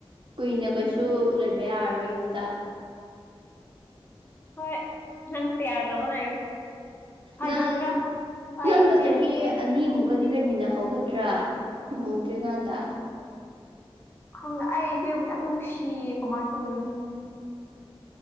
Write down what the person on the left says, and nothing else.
ꯍꯣꯏ ꯅꯪ ꯇꯌꯥꯔ ꯇꯧꯕ ꯂꯩꯔꯣ ꯐꯥꯒꯤꯇꯧꯅꯤꯗ
ꯑꯩ
ꯏꯆꯦꯕꯨ
ꯊꯝꯅꯤꯡꯉꯤ
ꯈꯪꯗꯦ ꯑꯩ ꯏꯆꯦꯕꯨ ꯌꯥꯝ ꯅꯨꯡꯁꯤꯌꯦ ꯀꯃꯥꯏꯅ ꯇꯧꯗꯣꯏꯅꯣ ꯈꯪꯗꯦ